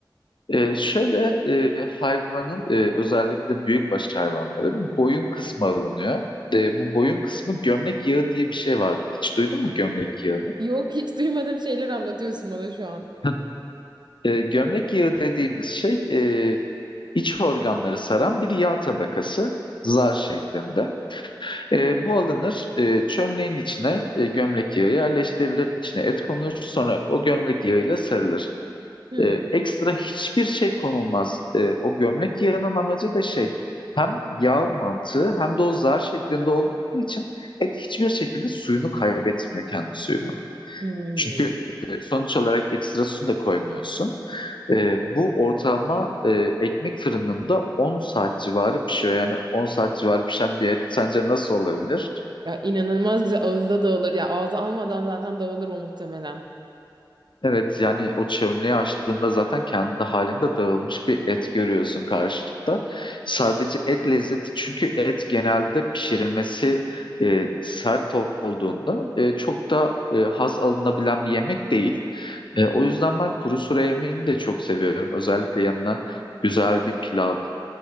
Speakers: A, on the left; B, on the right.
A: Ee, şöyle e, hayvanın e, özellikle büyükbaş hayvanların boyun kısmı alınıyor. E, bu boyun kısmı gömlek yağı diye bir şey var. Hiç duydun mu gömlek yağını?
B: Yok hiç duymadığım şeyler anlatıyorsun bana şu an.
A: <laughs> E, gömlek yağı dediğimiz şey e, iç organları saran bir yağ tabakası zar şeklinde. E, bu alınır e, çömleğin içine e, gömlek yağı yerleştirilir. içine et konur sonra o gömlek yağıyla sarılır.
B: Hmm.
A: E, ekstra hiçbir şey konulmaz. E, o gömlek yağının amacı da şey hem yağ mantığı hem de o zar şeklinde olduğu için et hiçbir şekilde suyunu kaybetmiyor kendi suyunu.
B: Hmm.
A: Çünkü e, sonuç olarak ekstra su da koymuyorsun. E, bu ortalama e, ekmek fırınında 10 saat civarı pişiyor. Yani 10 saat civarı pişen bir et sence nasıl olabilir?
B: Ya inanılmaz güzel ağızda dağılır. Ya ağza almadan zaten dağılır o muhtemelen.
A: Evet yani o çömleği açtığında zaten kendi halinde dağılmış bir et görüyorsun karşında. Sadece et lezzeti çünkü et genelde pişirilmesi e, sert olduğunda e, çok da e, haz alınabilen bir yemek değil. E, o yüzden ben kuru sura yemeğini de çok seviyorum. Özellikle yanına güzel bir pilav